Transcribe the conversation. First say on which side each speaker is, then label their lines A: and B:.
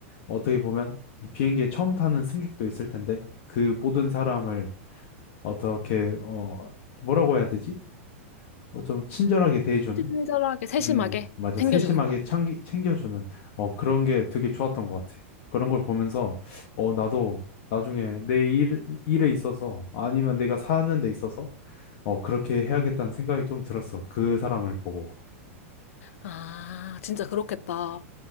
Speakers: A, on the left (about 50°); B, on the left (about 75°).
A: 어떻게 보면, 이 비행기에 처음 타는 승객도 있을 텐데, 그 모든 사람을 어떻게 어 뭐라고 해야 되지? 어 좀 친절하게 대해주는
B: 친절하게, 세심하게
A: 음 맞아
B: 챙겨주는
A: 세심하게
B: 거.
A: 챙기, 챙겨주는 어 그런 게 되게 좋았던 것 같아. 그런 걸 보면서 어 나도 나중에 내 일, 일에 있어서 아니면 내가 사는 데 있어서 어 그렇게 해야겠다는 생각이 좀 들었어. 그 사람을 보고.
B: 아, 진짜 그렇겠다.